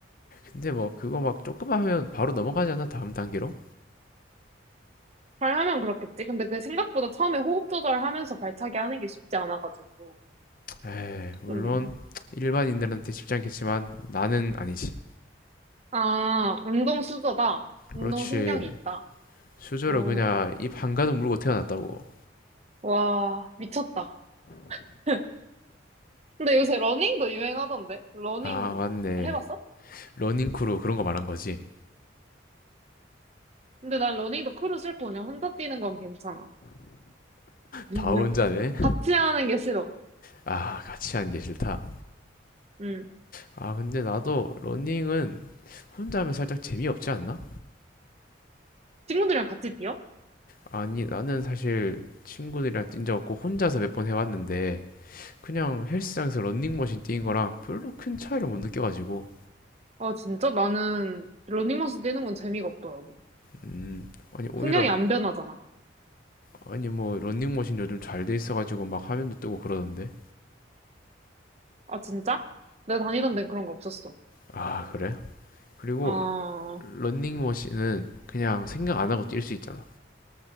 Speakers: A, on the left; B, on the right.
A: 근데 뭐, 그거 막 조금만 하면 바로 넘어가지 않아? 다음 단계로?
B: 잘 하면 그렇겠지. 근데 그 생각보다 처음에 호흡 조절하면서 발차기 하는 게 쉽지 않아가지고.
A: 에이, 물론,
B: 좀,
A: 일반인들한테 쉽지 않겠지만, 나는 아니지.
B: 아, 운동 수저다. 운동
A: 그렇지.
B: 신경이 있다.
A: 수저로
B: 음,
A: 그냥 입 한가득 물고 태어났다고.
B: 와, 미쳤다. <laughs> 근데 요새 러닝도 유행하던데? 러닝
A: 아, 맞네.
B: 해봤어?
A: 러닝크루 그런 거 말한 거지.
B: 근데 난 러닝도 크루 싫고 그냥 혼자 뛰는 건 괜찮아. <laughs>
A: 다 혼자네.
B: 같이 하는 게 싫어.
A: 아, 같이 하는 게 싫다.
B: 응.
A: 아, 근데 나도 러닝은 혼자 하면 살짝 재미없지 않나?
B: 친구들이랑 같이 뛰어?
A: 아니, 나는 사실 친구들이랑 뛴 적 없고 혼자서 몇 번 해봤는데 그냥 헬스장에서 런닝머신 뛰는 거랑 별로 큰 차이를 못 느껴가지고
B: 아, 진짜? 나는 러닝머신 뛰는 건 재미가 없더라고.
A: 음, 아니 오히려
B: 풍경이 안 변하잖아.
A: 아니 뭐 런닝머신 요즘 잘 돼 있어가지고 막 화면도 뜨고 그러던데.
B: 아, 진짜? 내가 다니던 데는 그런 거 없었어.
A: 아, 그래? 그리고
B: 아,
A: 런닝머신은 그냥 생각 안 하고 뛸 수 있잖아.